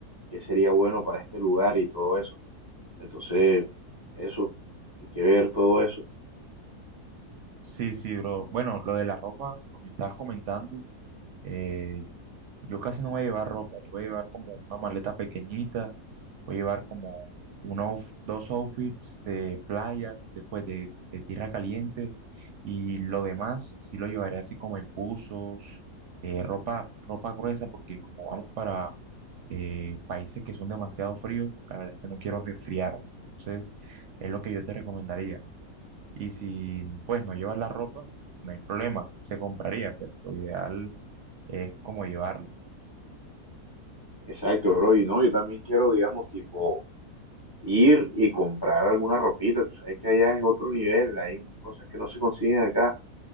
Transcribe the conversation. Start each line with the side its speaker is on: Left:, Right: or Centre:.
Left: qué sería bueno para este lugar y todo eso. Entonces, eso, hay que ver todo eso.
Right: Sí, sí, bro. Bueno, lo de la ropa, como me estabas comentando, eh, yo casi no voy a llevar ropa. Yo voy a llevar como una maleta pequeñita. Voy a llevar como unos dos outfits de playa, después de, de tierra caliente. Y lo demás sí lo llevaré así como en buzos, eh, ropa, ropa gruesa, porque como vamos para eh, países que son demasiado fríos, la verdad es que no quiero resfriar. Entonces, es lo que yo te recomendaría. Y si pues no llevas la ropa, no hay problema, se compraría, pero lo ideal es como llevarlo
Left: Exacto, bro. Y no, yo también quiero, digamos, tipo, ir y comprar alguna ropita. Tú sabes que allá es otro nivel, hay cosas que no se consiguen acá.